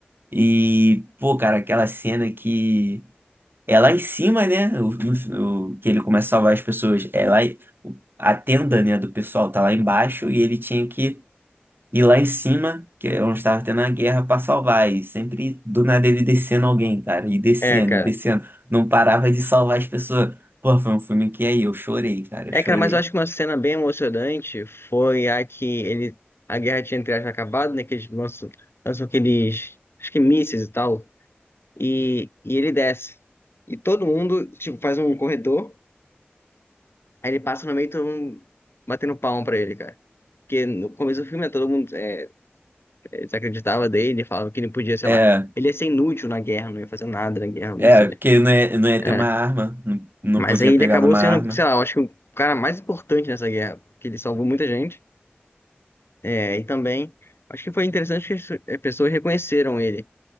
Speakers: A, on the right (about 60°); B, on the left (about 70°).
A: E, pô, cara, aquela cena que é lá em cima, né? O, o- o- que ele começa a salvar as pessoas. É lá, em- a tenda, né, do pessoal tá lá embaixo e ele tinha que ir lá em cima, que é onde estava tendo a guerra, pra salvar. E sempre do nada ele descendo alguém, cara. E descendo,
B: É, cara.
A: e descendo. Não parava de salvar as pessoas. Pô, foi um filme que aí eu chorei, cara. Eu
B: É,
A: chorei.
B: cara, mas eu acho que uma cena bem emocionante foi a que ele, a guerra tinha entre aspas acabado, né, que eles lançam, lançam aqueles, acho que mísseis e tal. e, e ele desce. E todo mundo, tipo, faz um corredor, aí ele passa no meio e todo mundo batendo palma pra ele, cara. Porque no começo do filme, né, todo mundo é, é, desacreditava dele, falava que ele podia, sei
A: É,
B: lá, ele ia ser inútil na guerra, não ia fazer nada na guerra, não
A: é,
B: sei, né?
A: porque não ia, não ia
B: É.
A: ter uma arma. Não, não
B: Mas
A: podia
B: aí ele
A: pegar
B: acabou
A: numa
B: sendo,
A: arma.
B: sei lá, eu acho que o cara mais importante nessa guerra, porque ele salvou muita gente. É, e também, acho que foi interessante que as eh, pessoas reconheceram ele.